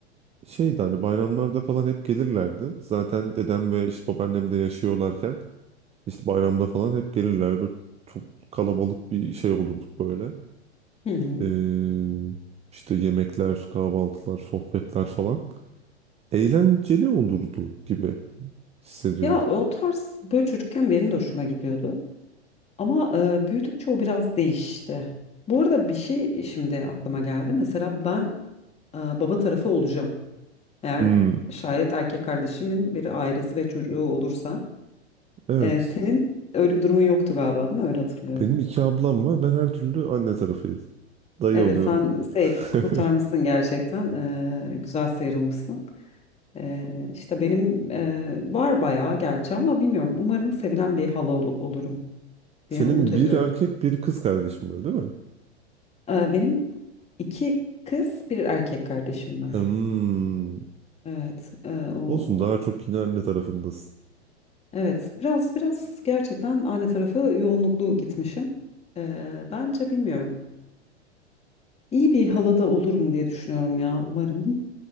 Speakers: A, on the right; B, on the left.
A: şeydi hani bayramlarda falan hep gelirlerdi. Zaten dedem ve işte babaannem de yaşıyorlarken. İşte bayramda falan hep gelirler. Böyle çok kalabalık bir şey olurduk böyle.
B: Hı hı.
A: Ee, işte yemekler, kahvaltılar, sohbetler falan. Eğlenceli olurdu gibi hissediyorum.
B: Ya o tarz böyle çocukken benim de hoşuma gidiyordu. Ama e, büyüdükçe o biraz değişti. Bu arada bir şey şimdi aklıma geldi. Mesela ben e, baba tarafı olacağım. Eğer
A: Hmm.
B: şayet erkek kardeşimin bir ailesi ve çocuğu olursa.
A: Evet.
B: E, senin öyle bir durumun yoktu galiba değil mi? Öyle hatırlıyorum.
A: Benim iki ablam var. Ben her türlü anne tarafıyım. Dayı
B: Evet
A: oluyorum.
B: sen safe
A: <laughs>
B: kurtarmışsın gerçekten. E, güzel sıyrılmışsın. E, işte benim e, var bayağı gerçi ama bilmiyorum. Umarım sevilen bir hala ol- olurum diye
A: Senin
B: umut ediyorum.
A: bir erkek bir kız kardeşin var değil mi?
B: Ee, Benim İki kız, bir erkek kardeşim var.
A: Hmm.
B: Evet, e, o
A: Olsun daha çok yine anne tarafındasın.
B: evet biraz biraz gerçekten anne tarafı yoğunluklu gitmişim. E, bence bilmiyorum. İyi bir halada olurum diye düşünüyorum ya umarım.